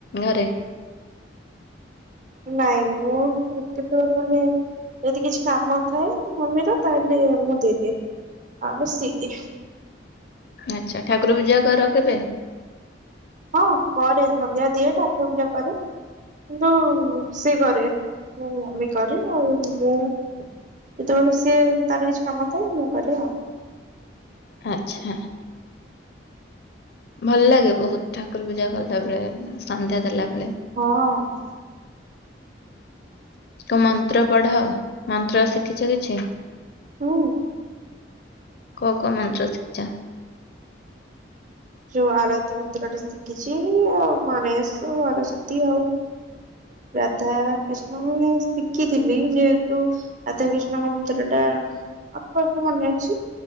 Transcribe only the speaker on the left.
ଘରେ?
ଆଚ୍ଛା ଠାକୁର ପୂଜା କର କେବେ?
ଆଚ୍ଛା। ଭଲ ଲାଗେ ବହୁତ ଠାକୁର ପୂଜା କଲା ବେଳେ ସନ୍ଧ୍ୟା ଦେଲା ବେଳେ।
ତୁ ମନ୍ତ୍ର ପଢ ମନ୍ତ୍ର ଶିଖିଛ କିଛି।
କୋଉ କୋଉ ମନ୍ତ୍ର ଶିଖିଚ?